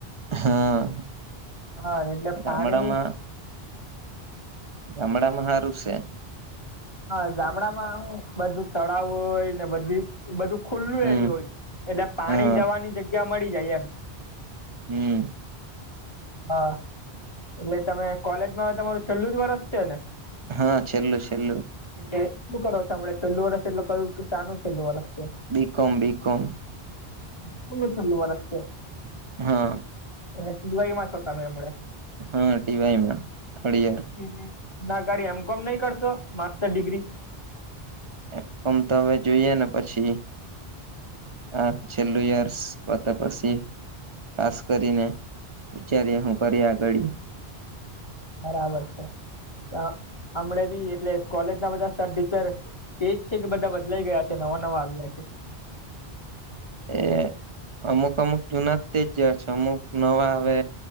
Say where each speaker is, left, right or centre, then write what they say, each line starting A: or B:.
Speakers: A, on the right; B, on the left.
A: હા
B: હા એટલે
A: ગામડામાં,
B: પાણી
A: ગામડામાં હારું સે.
B: હા ગામડામાં હું બધું તળાવ હોય ને બધી બધું ખુલ્લું
A: હમ
B: એરિયો હોય. એટલે પાણી
A: હા
B: જવાની જગ્યા મળી જાય એમ.
A: હમ્મ.
B: હા. એટલે તમે કોલેજમાં હવે તમારું છેલ્લું જ વરસ છે ને?
A: હા, છેલ્લુ-છેલ્લું.
B: એટલે શું કરો છો હમણે છેલ્લું વર્ષ એટલું કયું કે શાનું છેલ્લું વર્ષ છે?
A: બી કોમ, બી કોમ.
B: <unintelligible> છેલ્લું વરસ છે.
A: હા.
B: એટલે ટી વાયમાં છો તમે હમણે?
A: હા ટી વાય માં થર્ડ યર.
B: હમ્મ-હમ્મ. ના અગાડી એમ કોમ નહીં કરશો? Master degree?
A: એમ કોમ તો હવે જોઈએ ને પછી. આ છેલ્લું યર્સ પતે પછી પાસ કરીને વિચારીએ હું કરીએ આગાડી.
B: બરાબર છે. <unintelligible> અમણે બી એટલે કોલેજ ના બધા સર ટીચર કેય જ છે કે બધા બદલાઈ ગયા છે, નવા-નવા આવ્યા છે.
A: એ અમુક-અમુક જુના તે જયાં છે. અમુક નવા આવે